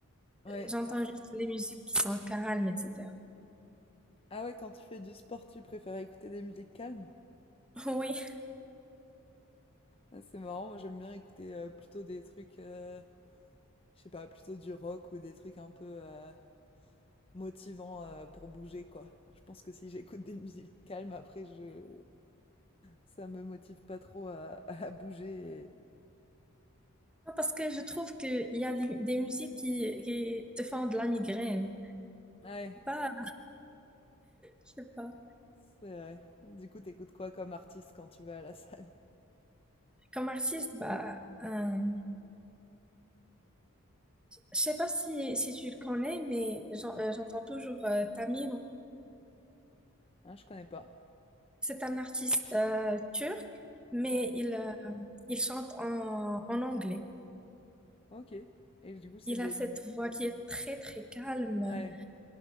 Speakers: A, on the left; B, in the centre.
A: Ouais.
B: j'entends juste les musiques qui sont calmes, etc.
A: Ah ouais, quand tu fais du sport, tu préfères écouter des musiques calmes?
B: <laughs> Oui,
A: Ah, C'est marrant, moi j'aime bien écouter euh, plutôt des trucs, euh, je sais pas, plutôt du rock ou des trucs un peu euh, motivants euh, pour bouger, quoi. Je pense que si j'écoute des musiques calmes, après, je... ça me motive pas trop à, <laughs> à bouger. et-
B: Non, parce que je trouve qu'il y a des, des musiques qui, qui te font de la migraine.
A: Ouais,
B: Bah, je sais pas.
A: c'est vrai. Du coup, t'écoutes quoi comme artiste quand tu vas à la salle?
B: Comme artiste, bah, euh, je sais pas si, si tu le connais, mais j'en- euh, j'entends toujours euh, Tamir.
A: Hein, je connais pas.
B: C'est un artiste euh, turc, mais
A: Ok.
B: il, euh, il chante en, en anglais.
A: Ok. Et du coup, c'est
B: Il
A: des...
B: a cette voix qui est très, très calme.
A: Ouais.